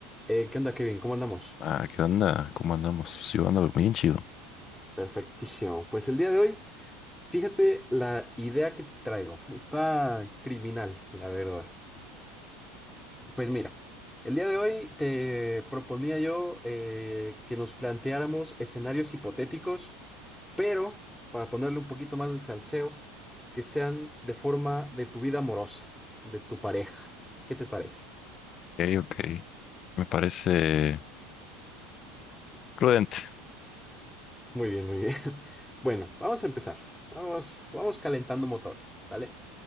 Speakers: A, in the centre; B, on the left.
A: Eh, ¿qué onda, Kevin? ¿Cómo andamos?
B: Ah, ¿qué onda? ¿Cómo andamos? Yo ando muy chido. Ok,
A: Perfectísimo. Pues el día de hoy, fíjate la idea que te traigo. Está criminal, la verdad. Pues mira, el día de hoy te proponía yo eh, que nos planteáramos escenarios hipotéticos, pero para ponerle un poquito más de salseo, que sean de forma de tu vida amorosa, de tu pareja. ¿Qué te parece?
B: ok. Me parece prudente.
A: Muy bien, muy bien. <laughs> Bueno, vamos a empezar. Vamos, vamos calentando motores, ¿sale?